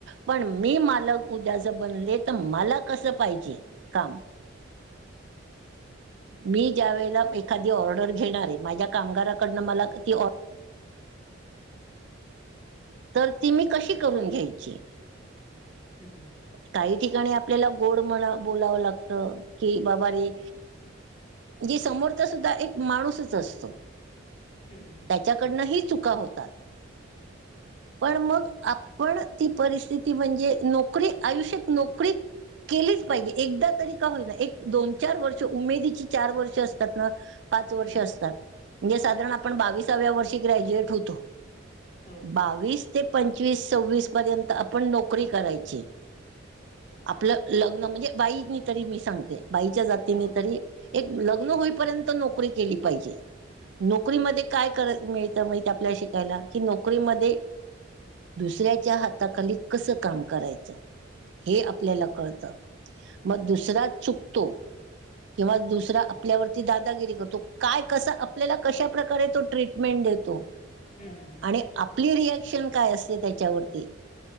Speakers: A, on the right (about 60°); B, on the left (about 35°).
A: पण मी मालक उद्या जर बनले तर मला कस पाहिजे काम? मी ज्या वेळेला एखादी ऑर्डर घेणार आहे माझ्या कामगाराकडन मला ती ऑ तर ती मी कशी करुन घ्यायची?
B: हम्म हम्म
A: काही ठिकाणी आपल्याला गोड म्हणा बोलाव लागत की बाबा रे. जे समोरचा सुद्धा एक माणूसच असतो.
B: हम्म हम्म
A: त्याच्याकडन ही चुका होतात. पण मग आपण ती परिस्थिती म्हणजे नक नोकरी आयुष्यात नोकरी केलीच पाहिजे. एकदा तरी का होईना एक दोन चार वर्ष उमेदीची चार वर्ष असतात ना पाच वर्ष
B: हं. हं.
A: असतात म्हणजे साधारण आपण बावीसाव्या वर्षी ग्रज्युएट होतो.
B: हो.
A: बावीस ते पंचवीस सव्वीस पर्यंत आपण नोकरी करायची. आपल लग्न म्हणजे बाईनी तरी मी सांगते बाईच्या जातीने
B: हां, हां.
A: तरी एक लग्न होईपर्यंत नोकरी केली पाहिजे. नोकरीमध्ये काय कर मिळत माहिते आपल्याला शिकायला की नोकरीमध्ये दुसऱ्याच्या हाताखाली कस काम करायच.
B: <inaudible>
A: हे आपल्याला कळत, मग दुसरा चुकतो. किंवा दुसरा आपल्यावरती दादागिरी करतो, काय कसा आपल्याला कशा प्रकारे तो ट्रीट मेंट देतो.
B: हम्म हम्म.
A: आणि आपली रियाक्शन काय असते त्याच्यावरती